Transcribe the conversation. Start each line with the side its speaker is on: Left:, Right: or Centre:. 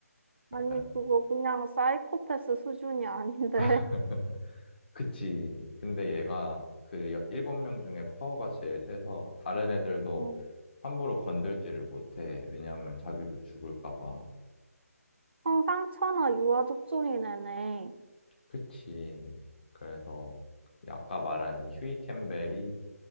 Left: 약간
Right: 아니 그거 그냥 사이코패스 수준이 아닌데.
Left: <laughs> 그치. 근데 얘가 그 여- 일곱 명 중에 파워가 제일 세서 다른 애들도
Right: <laughs>
Left: 함부로 건들지를 못해. 왜냐하면 자기도 죽을까 봐.
Right: 청상천하 유아독존이네네.
Left: 그치. 그래서 이 아까 말한 이 휴이 캠벨이